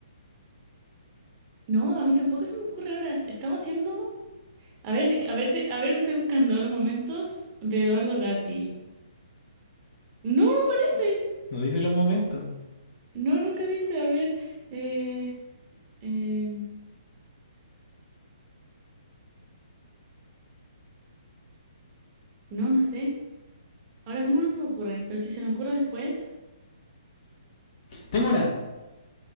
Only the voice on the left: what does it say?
No dice los momentos.
Tengo una.